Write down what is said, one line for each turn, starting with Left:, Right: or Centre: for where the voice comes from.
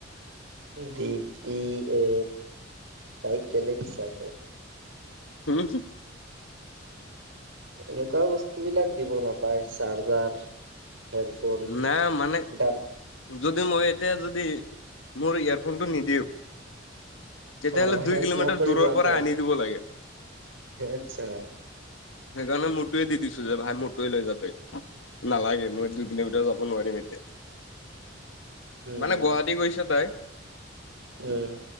Right: দপ্তি এ তাইক কেলে দিছো আকৌ?
Left: হুম
Right: এনেকুৱা বস্তুবলাক দিব নাপায় চাৰ্জাৰ হেডফোন
Left: নাই মানে
Right: ডাব
Left: যদি মই এতিয়া যদি মোৰ ইয়েৰফোনটো নিদিওঁ তেতিয়াহলে
Right: অ
Left: দুই
Right: হেল্প
Left: কিলোমিটাৰ
Right: নকৰিবা
Left: দূৰৰ
Right: আকৌ।
Left: পৰা আনি দিব লাগে।
Right: আচ্ছা!
Left: সেইকাৰণে মোৰটোৱে দি দিছো যে ভাই মোৰটো লৈ যাবই নালাগে। মই দুই কিলোমিটাৰ যাব নোৱাৰিম এতিয়া।
Right: উম,
Left: মানে গুৱাহাটী গৈছে তাই
Right: উম